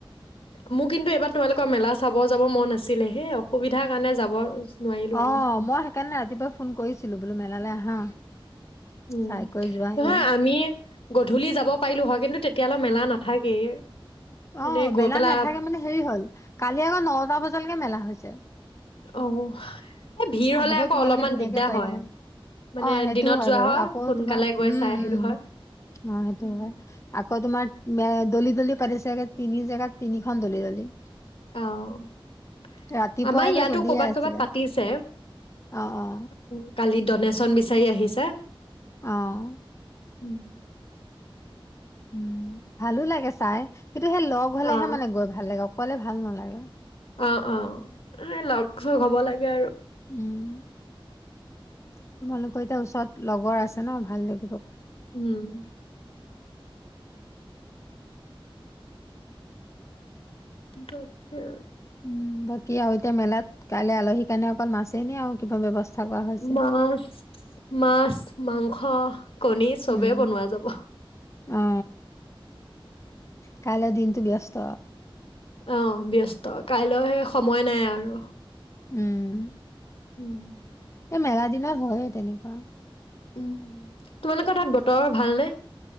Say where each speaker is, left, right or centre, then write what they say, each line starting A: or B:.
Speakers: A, on the left (about 80°); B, on the left (about 30°).
A: মোৰ কিন্তু, এইবাৰ তোমালোকৰ মেলা চাব যাব মন আছিলে। সেই অসুবিধাৰ কাৰণে যাব নোৱাৰিলো
B: অ
A: আৰু
B: মই সেইকাৰণে ৰাতিপুৱাই ফোন কৰিছিলো বোলো মেলালৈ আহা
A: উম,
B: চাই কৰি যোৱাহি
A: নহয় আমি, গধূলি যাব পাৰিলো হয়। কিন্তু, তেতিয়ালৈ মেলা নাথাকেই।
B: অ
A: এনেই গৈ
B: মেলা
A: পেলাই
B: নাথাকে মানে হেৰি হল কালি আকৌ নটা বজালৈকে মেলা হৈ হৈছে <inaudible>
A: অ এই ভিৰ
B: আহিব,
A: হলে আকৌ
B: তোমালোকে
A: অলপমান
B: ধুনীয়াকে
A: দিগদাৰ
B: পাৰিলা হয়,
A: মানে
B: অ' সেইটো
A: দিনত
B: হয়
A: যোৱা
B: বাৰু আকৌ,
A: সোনকালে
B: তোমাৰ
A: গৈ
B: উম,
A: চাই আহিলো
B: উম,
A: হয়
B: অ' সেইটো
A: উম,
B: হয়। আকৌ তোমাৰ দলি দলি পাতিছেগে তিনি জেগাত তিনিখন দলি দলি
A: আহ
B: ৰাতিপুৱালৈকে
A: আমাৰ ইয়াতো
B: চলিয়ে
A: কৰবাত
B: আছিলে
A: ক'বাত পাতিছে
B: অ অ
A: উম, কালি ড'নেশ্যন বিচাৰি আহিছে
B: অ'
A: উম!
B: উম, ভালো লাগে চাই। কিন্তু সেই লগ হ'লেহে
A: অ
B: মানে গৈ ভাল লাগে কলে ভাল নালাগে
A: অ' অ' এ লগ চগ হব লাগে আৰু
B: উম তোমালোকৰ এতিয়া ওচৰত লগৰ আছে ন ভাল দে
A: উম তাকে!
B: উম, বাকি আৰুএ তিয়া মেলাত কাইলৈ আলহীৰ কাৰণে অকল মাছেই নে আৰু কিবা ব্যৱস্থা কৰা হৈছে?
A: মাছ মাছ মাংস কণী চবে
B: উম,
A: বনোৱা যাব
B: অ কলৈ দিনটোো ব্যস্ত
A: অ ব্যস্ত কাইলৈ সেই সময় নাই আৰু
B: উম
A: উম,
B: এই মেগা দিনৰ হয় তেনে বা!
A: উ তোমালোকৰ তাত বতৰ ভালনেে